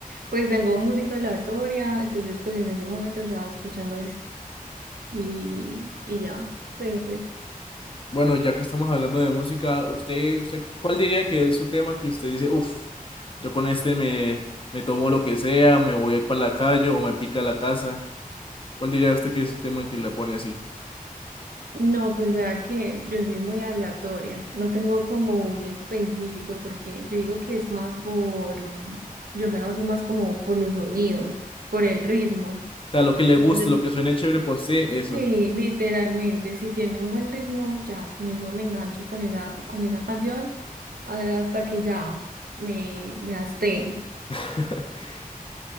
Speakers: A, on the right; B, on the left.
A: pues tengo música aleatoria, entonces pues en ese momento estaba escuchando eso. Y, y ya, pero pues.
B: Bueno, ya que estamos hablando de música, ¿usted, usted, cuál diría que es su tema que usted dice, uff, yo con este me, me tomo lo que sea, me voy a ir para la calle o me pica la casa? ¿Cuál diría usted que es su tema que le pone así?
A: No, pues vea que yo soy muy aleatoria, no tengo como un específico porque yo digo que es más por, mm, yo me baso más como por los sonidos, por el ritmo.
B: O sea, lo que le
A: Entonces,
B: gusta, lo que suene chévere para usted, eso.
A: sí, literalmente, si tiene un buen ritmo, ya con eso me engancho con esa, con esa canción a- hasta que ya me, me hasté.
B: <laughs>